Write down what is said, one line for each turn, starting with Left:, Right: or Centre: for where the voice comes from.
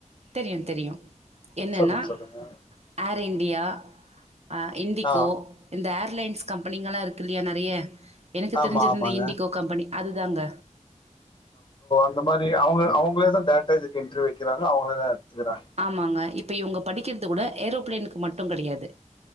Right: தெரியும் தெரியும் என்னன்னா
Left: சொல்லுங்க சொல்லுங்க
Right: ஏர் இந்தியா <inaudible> ஹ இண்டிகோ
Left: ஆ
Right: இந்த ஏர் ர்லைன்ஸ் கம்பெனிங்கலாம் இருக்கு இல்லையா நிறைய எனக்கு
Left: ஆமா
Right: தெரிஞ்சிருந்த
Left: ஆமாங்க
Right: இண்டிகோ கம்பெனி அதுதாங்க
Left: இந்த மாதிரி அவுங்க அவுங்களே தான் டேரக்டா இதுக்கு இன்டர்வியூ வைக்கிறாங்க அவுங்களே தான் எடுத்துக்கிறாங்க
Right: ஆமாங்க இப்ப இவுங்க படிக்கிறது கூட ஏரோ பிளேனுக்கு மட்டும் கிடையாது